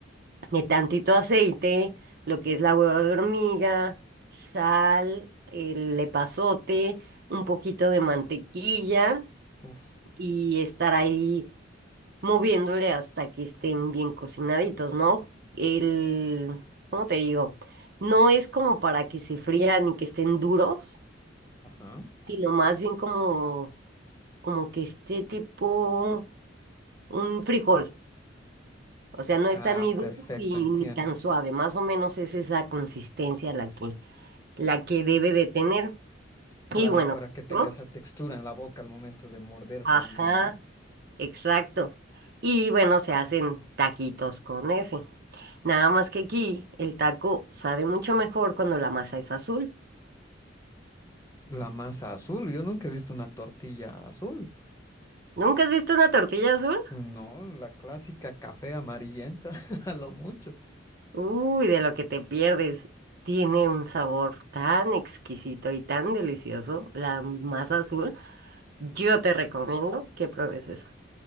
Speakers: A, on the right; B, on the left.
A: de tantito aceite, lo que es la hueva de hormiga, sal, el epazote, un poquito de mantequilla
B: Uf,
A: y estar ahí moviéndole hasta que estén bien cocinaditos, ¿no? El, ¿cómo te digo? No es como para que se frían y que estén duros,
B: ajá.
A: sino más bien como, como que esté tipo un frijol. O sea, no está
B: Ah,
A: ni duro
B: perfecto,
A: ni,
B: entiendo.
A: ni tan suave, más o menos es esa consistencia la que, la que debe de tener.
B: Claro,
A: Y bueno,
B: para que tenga
A: ¿no?
B: esa textura en la boca al momento de morder
A: Ajá,
B: también, ¿no?
A: exacto. Y bueno, se hacen taquitos con ese. Nada más que aquí el taco sabe mucho mejor cuando la masa es azul.
B: La masa azul, yo nunca he visto una tortilla azul.
A: ¿Nunca has visto una tortilla azul?
B: No, la clásica café amarillenta, <laughs> a lo mucho.
A: Uy, de lo que te pierdes. Tiene un sabor tan exquisito y tan delicioso, la masa azul. Yo te recomiendo que pruebes eso.